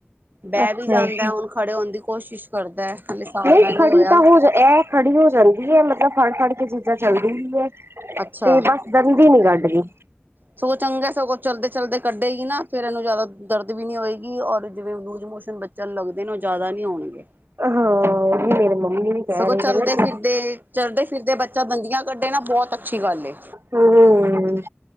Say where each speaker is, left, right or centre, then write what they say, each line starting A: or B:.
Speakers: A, on the right (about 50°); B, on the right (about 80°).
A: ਬਹਿ
B: ਅੱਛਾ
A: ਵੀ ਜਾਂਦਾ ਹੁਣ ਖੜੇ ਹੋਣ ਦੀ ਕੋਸ਼ਿਸ਼ ਕਰਦਾ ਹਾਲੇ ਸਾਲ
B: ਨਹੀਂ
A: ਦਾ ਨੀ
B: ਖੜੀ
A: ਹੋਇਆ
B: ਤਾਂ ਹੋ ਇਹ ਖੜੀ ਹੋ ਜਾਂਦੀ ਹੈ। ਮਤਲਬ ਫੜ ਕੇ ਚੀਜ਼ਾਂ ਚੱਲਦੀ ਹੀ ਹੈ
A: ਅੱਛਾ
B: ਤੇ ਬਸ ਦੰਦੀ ਹ ਨੀ ਕੱਢ ਰਹੀ।
A: ਸਗੋਂ ਚੰਗਾ ਸਗੋਂ ਚੱਲਦੇ-ਚਲਦੇ ਕੱਢੇਗੀ ਨਾ ਫੇਰ ਇਹਨੂੰ ਜਾਦਾ ਦਰਦ ਵੀ ਨੀ ਹੋਏਗੀ ਔਰ ਜਿਵੇਂ ਲੂਜ਼ ਮੋਸ਼ਨ ਬੱਚਾ ਲੱਗਦੇ ਨੇ ਉਹ ਜ਼ਿਆਦਾ ਨੀ ਹੋਣਗੇ।
B: ਹਾਂ <unintelligible> ਕਹਿ
A: ਸਗੋਂ
B: ਰਹੇ
A: ਚਲਦੇ
B: ਕਹਿੰਦੇ
A: ਫਿਰਦੇ ਚੱਲਦੇ ਫਿਰਦੇ ਬੇ ਚਾਬੰਦੀਆਂ ਕੱਢੇ ਨਾ, ਬਹੁਤ ਅੱਛੀ ਗੱਲ ਏ
B: ਹੂੰ